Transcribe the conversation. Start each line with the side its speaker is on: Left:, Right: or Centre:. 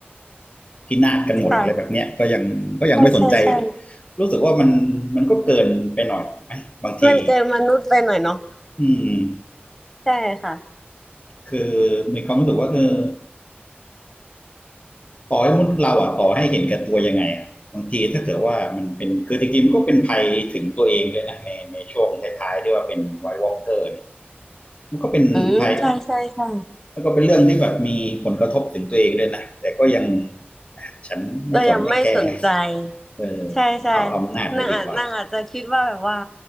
Left: พินาศกันหมดอะไรแบบเนี้ยก็ยังก็ยังไม่สนใจ
Centre: ค่ะใช่ใช่ใช่
Left: รู้สึกว่ามันมันก็เกินไปหน่อยไหมบางที
Centre: มันเกินมนุษย์ไปหน่อยเนาะ
Left: อืม
Centre: <laughs> ใช่ค่ะ
Left: คือมีความรู้สึกว่าเออต่อให้มนุษย์เราอ่ะต่อให้เห็นแกับตัวยังไงอะบางทีถ้าเกิดว่ามันเป็นคือจริงๆมันก็เป็นภัยถึงตัวเองด้วยนะในในช่วงท้ายๆที่ว่าเป็นไวท์วอลกเกอร์เนี่ยมันก็เป็นภัย
Centre: อืมใช่ใช่ใช่
Left: แล้วก็เป็นเรื่องที่แบบมีผลกระทบถึงตัวเองด้วยนะแต่ก็ยังฉันไม่สนไม่แคร์
Centre: เรายังไม่สนใจ
Left: เออฉันเอาเอาอำนาจไว้ดีกว่า
Centre: ใช่ใช่นางอาจนางอาจจะคิดว่าแบบว่า